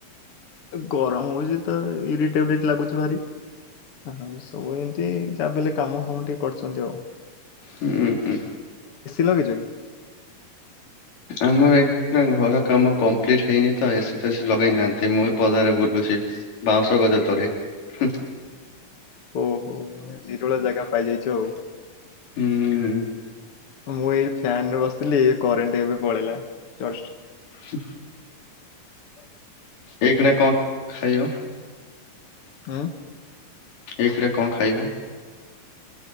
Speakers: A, on the left; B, on the left.
A: ଗରମ ହଉଚି ତ ଇରିଟରିଟ ଲାଗୁଚି ଭାରି। ହଉ ସବୁ ଏମତି ଛାଡିଦେଲେ କାମ ଫାମ ଟିକେ କରୁଛନ୍ତି ଆଉ।
B: ହୁଁ ଉଁ।
A: ଲଗିଚକି।
B: ଆମର ଏଇଖିଣା ଘର କାମ କମ୍ପ୍ଲିଟ ହେଇନି ତ ଏ ସି ଫେସି ଲଗେଇନାହାନ୍ତି। ମୁଁ ବି ପଦାରେ ବୁଲୁଚି। ଚି ବାଉଁଶ ଗଜ ତଳେ। ହୁଁ।
A: ଓ ହୋ ନିରୋଳା ଜାଗା ପାଇଯାଇଚ ଆଉ।
B: ହୁଁ
A: ମୁଁ ଏଇ ଫ୍ୟାନ ରେ ବସିଥିଲି। କରେଣ୍ଟ ଏବେ ପଳେଇଲା ଜଷ୍ଟ।
B: ହୁଁ।
A: ହ
B: ଏଇ ଖିଣା କଣ ଖାଇବ?
A: ହଁ।
B: ଏଇ ଖିଡା କଣ ଖାଇବ?